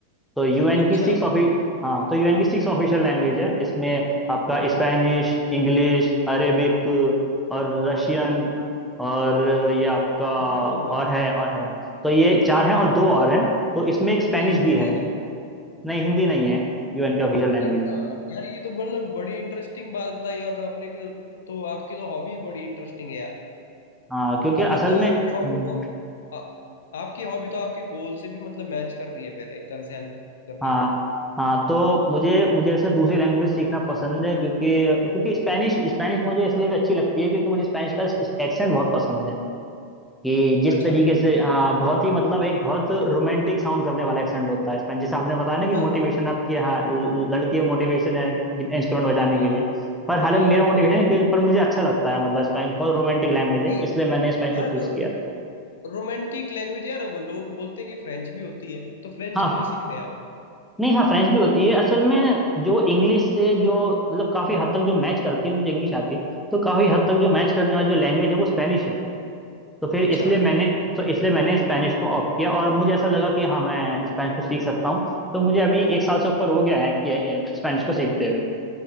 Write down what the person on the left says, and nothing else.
अच्छा
हिंदी है ब्रो
हिंदी
नहीं
है
अच्छा
यार ये तो मतलब बड़ी इंटरेस्टिंग बात बताई और आपने की तो, तो आपकी तो हॉबी बड़ी इंटरेस्टिंग है यार
और
मतलब
आपकी
हॉबी तो आ, आपकी हॉबी तो आपके गोल से भी मतलब मैच कर रही है फिर एक तरह से हेल्प कर रही
है
अच्छा
हाँ
हाँ
हाँ
हाँ
नहीं
हाँ
तो
रोमांटिक लैंग्वेज यार वो लोग बोलते हैं कि फ्रेंच भी होती है तो फ्रेंच
क्यों नहीं सीख रहे आप
अच्छा